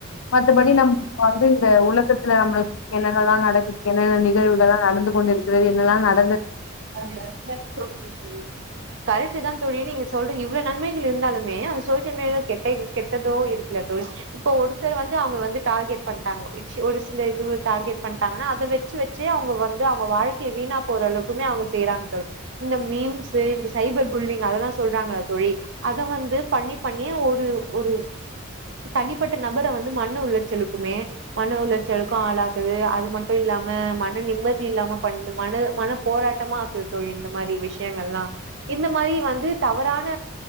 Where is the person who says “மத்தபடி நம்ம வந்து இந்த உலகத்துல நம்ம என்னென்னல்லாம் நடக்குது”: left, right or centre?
Left